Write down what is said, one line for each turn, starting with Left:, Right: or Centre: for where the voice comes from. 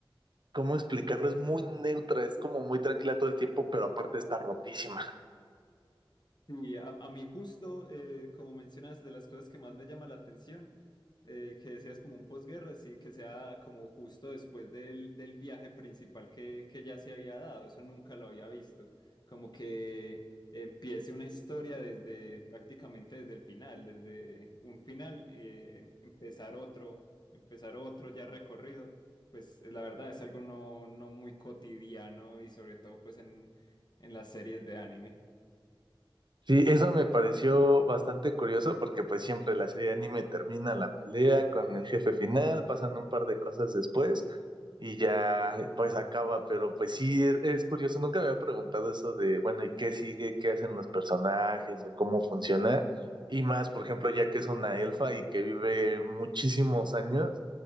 Right: ¿cómo explicarlo? Es muy neutra, es como muy tranquila todo el tiempo, pero aparte está rotísima.
Left: Y a, a mí justo, eh, como mencionas, de las cosas que más me llama la atención, eh, que decías como un posguerra, sí, que sea como justo después del, del viaje principal que, que ya se había dado, eso nunca lo había visto, como que empiece una historia desde prácticamente desde el final, desde un final, eh, empezar otro, empezar otro ya recorrido, pues eh, la verdad es algo no, no muy cotidiano y sobre todo pues en, en las series de anime.
Right: Sí, eso me pareció bastante curioso porque pues siempre la serie de anime termina la pelea con el jefe final, pasan un par de cosas después y ya pues acaba, pero pues sí, es, es curioso, nunca me había preguntado eso de, bueno, ¿y qué sigue? ¿Qué hacen los personajes o cómo funciona? Y más, por ejemplo, ya que es una elfa y que vive muchísimos años,